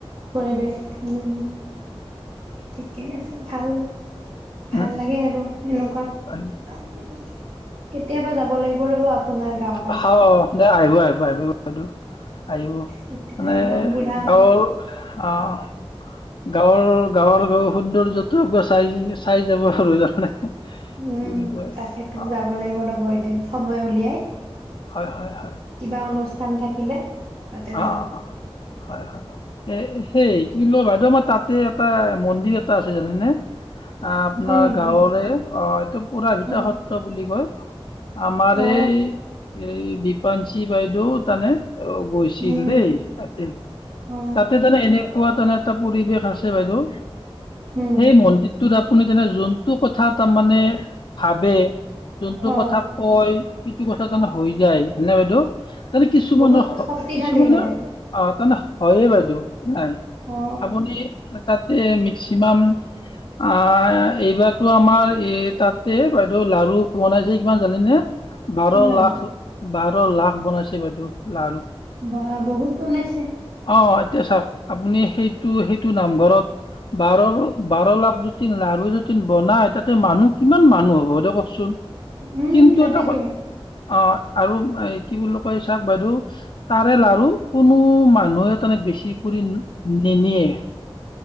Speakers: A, on the right; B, on the left.
A: পৰিৱেশ, উম। ঠিকে আছে, ভাল, ভাল
B: উম
A: লাগে আৰু এনেকুৱা।
B: দে
A: কেতিয়াবা যাব লাগিব, ৰ'ব আপোনাৰ গাঁও।
B: <unintelligible> দে আহিব, আহিব-আহিব <unintelligible> আহিব।
A: তেতিয়া
B: মানে,
A: একদম পুৰা
B: গাঁৱৰ অ'! গাঁৱৰ-গাঁৱৰ সৌন্দৰ্যত <unintelligible> চাই যাব <unintelligible>
A: উম,
B: কয়
A: তাকেতো!
B: অ
A: যাব লাগিব ৰ'ব, এদিন সময় উলিয়াই।
B: হয়, হয়, হয়।
A: কিবা অনুষ্ঠান থাকিলে? তাতে
B: অ'
A: যাম
B: অ' অ'! হয়, হয়! এ সেই, কি বুলি কয়! বাইদেউ আমাৰ তাতে, এটা মন্দিৰ এটা আছে। জানেনে? আহ আপোনাৰ
A: হয় নেকি
B: গাঁৱৰে অহ এইটো পুৰাভিতা
A: অ
B: সত্ৰ বুলি কয়। আমাৰ
A: অ
B: এই এই বিপাঞ্চী বাইদেউ তানে গ
A: উম
B: দেই তাতে,
A: অ
B: তাতে তনে এনেকুৱা তানে এটা পৰিৱেশ আছে বাইদেউ।
A: উম
B: সেই মন্দিৰটোত আপুনি তানে যোনটো কথা তা মানে ভাবে। যোনটো
A: অ
B: কথা কয়, সেইটো কথা তানে হৈ যায়। যানেনে বাইদেউ? তাৰ মানে কিছুমান
A: বহুত
B: হ
A: শক্তিশালী
B: কিছুমানৰ
A: মানে
B: আহ তানে হয়য়ে বাইদেউ। নাই,
A: অ
B: আপুনি তাতে মেক্সিমাম আ এইবাৰ টো আমাৰ এ তাতে বাইদেউ লাৰু বনাইছে কিমান জানেনে? বাৰ
A: কিমান
B: লাখ, বাৰ লাখ বনাইছে বাইদেউ লাৰু।
A: বা বহুত বনাইছে।
B: অহ এতিয়া চাওক, আপুনি সেইটো সেইটো নামঘৰত বাৰ বাৰ লাখ যদি লাৰু যদি বনাই। তাতে মানুহ কিমান মানুহ হ'ব দেউ কওকচোন?
A: উম
B: কিন্তু
A: তাকেইতো
B: এটা ক অহ। আৰু এ কি বুলি কয়, চাওক বাইদেউ তাৰে লাৰু কোনো মানুহে তাৰ মানে বেছি কৰি নিনিয়ে।